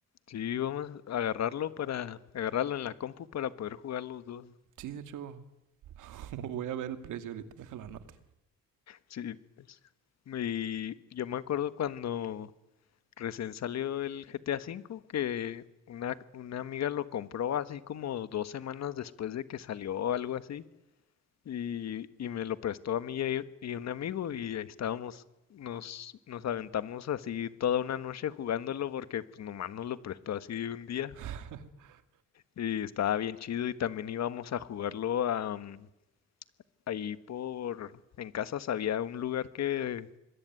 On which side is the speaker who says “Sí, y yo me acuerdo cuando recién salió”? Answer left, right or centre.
Left